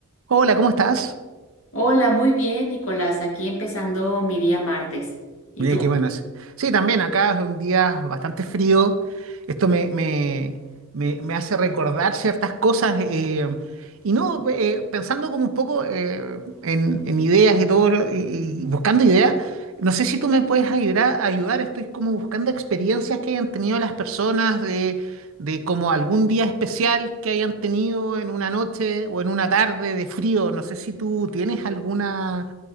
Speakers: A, on the right; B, on the left.
A: Hola, ¿cómo estás?
B: Hola, muy bien, Nicolás. Aquí empezando mi día martes. ¿Y
A: Mira
B: tú?
A: qué buenas. Sí, también acá es un día bastante frío. Esto me, me, me, me hace recordar ciertas cosas. eh, y no, eh, pensando como un poco eh, en, en ideas y todo, lo- y, y buscando ideas, no sé si tú me puedes ayudar, ayudar. Estoy como buscando experiencias que hayan tenido las personas de, de como algún día especial que hayan tenido en una noche o en una tarde de frío. No sé si tú tienes alguna